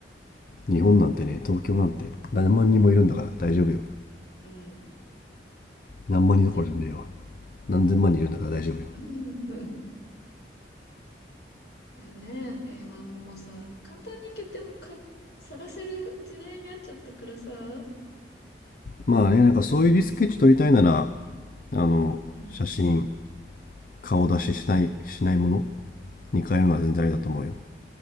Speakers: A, on the left; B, on the left.
A: あ、日本なんてね、東京なんて何万人もいるんだから大丈夫よ。
B: うん。うん。
A: 何万人どころじゃねえわ。
B: そうだよね。
A: 何千万人いるんだから大丈夫よ。
B: うん。うん。いやね。えーまあもうさ、簡単に決てもか、探せる時代になっちゃったからさ。う
A: まあね、なんかそういうリスケッチ撮りたいなら、あの、
B: ん。
A: 写真、顔出ししない、しないものに変えるのは全然ありだと思うよ。